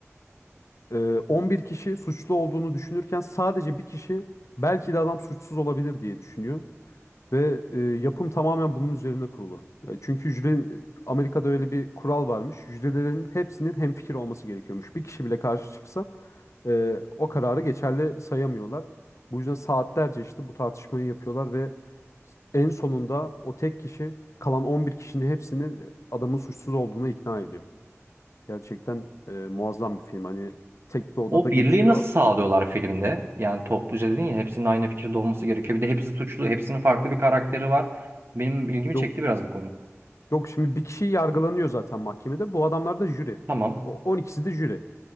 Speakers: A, on the left; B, on the right.
A: Ee, 11 kişi suçlu olduğunu düşünürken sadece bir kişi belki de adam suçsuz olabilir diye düşünüyor. Ve e, yapım tamamen bunun üzerine kurulu. E, çünkü jüri Amerika'da öyle bir kural varmış. Jürilerin hepsinin hemfikir olması gerekiyormuş. Bir kişi bile karşı çıksa e, o kararı geçerli sayamıyorlar. Bu yüzden saatlerce işte bu tartışmayı yapıyorlar ve en sonunda o tek kişi kalan 11 kişinin hepsini e, adamın suçsuz olduğuna ikna ediyor. Gerçekten e, muazzam bir film. Hani tek bir odada
B: O
A: geçiyor.
B: birliği nasıl sağlıyorlar filmde? Yani topluca dedin ya hepsinin aynı fikirde olması gerekiyor. Bir de hepsi suçlu, hepsinin farklı bir karakteri var. Benim ilgimi
A: Yok
B: çekti biraz bu konu.
A: yok şimdi bir kişi yargılanıyor zaten mahkemede. Bu adamlar da jüri.
B: Tamam.
A: O 12'si de jüri.